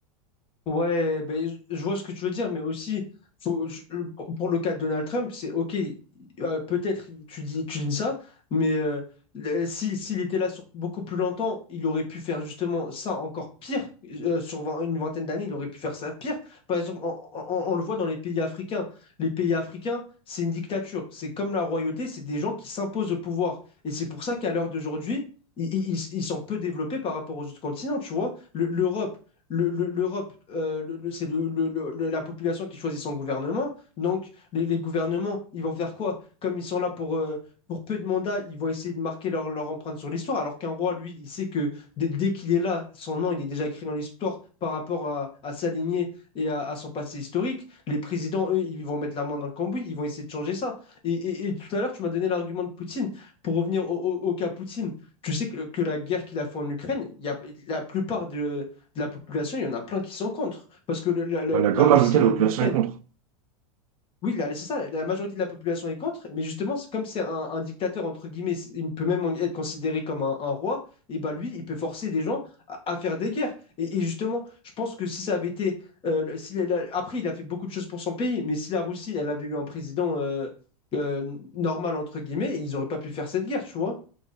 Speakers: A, on the left (about 30°); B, on the right (about 75°).
A: Ouais, ben, je je vois ce que tu veux dire, mais aussi, faut, je- je- pour pour le cas de Donald Trump, c'est OK, euh, peut-être tu dis, tu dis ça, mais euh, le- si, s'il était là sur beaucoup plus longtemps, il aurait pu faire justement ça encore pire. euh, sur vingt- une vingtaine d'années, il aurait pu faire ça pire. Par exemple, on, on- on- on le voit dans les pays africains. Les pays africains, c'est une dictature. C'est comme la royauté, c'est des gens qui s'imposent au pouvoir. Et c'est pour ça qu'à l'heure d'aujourd'hui, i- Ils, ils sont peu développés par rapport aux autres continents, tu vois. Le- L'Europe, le- le- l'Europe, euh, le- le- c'est le- le- le- le- la population qui choisit son gouvernement. Donc, les, les gouvernements, ils vont faire quoi? Comme ils sont là pour, euh, pour peu de mandats, ils vont essayer de marquer leur, leur empreinte sur l'histoire. Alors qu'un roi, lui, il sait que dès, dès qu'il est là, son nom, il est déjà écrit dans l'histoire par rapport à, à sa lignée et à, à son passé historique. Les présidents, eux, ils vont mettre la main dans le cambouis, ils vont essayer de changer ça. Et, et- et tout à l'heure, tu m'as donné l'argument de Poutine. Pour revenir au, au- au cas Poutine, tu sais que, que la guerre qu'il a fait en Ukraine, il y a, la plupart de, de la population, il y en a plein qui sont contre. Parce que le- la, la-
B: Ouais, Comme
A: la
B: d'accord.
A: Russie
B: majorité
A: et
B: de la population
A: l'Ukraine,
B: est contre.
A: oui, là, c'est ça, la, la majorité de la population est contre, mais justement, c'est- comme c'est un, un dictateur, entre guillemets, c'est- il peut même être considéré comme un, un roi, et bah lui, il peut forcer les gens à, à faire des guerres. Et, et justement, je pense que si ça avait été. euh, le- si la- la- après, il a fait beaucoup de choses pour son pays, mais si la Russie, elle avait eu un président euh, euh, normal, entre guillemets, ils n'auraient pas pu faire cette guerre, tu vois.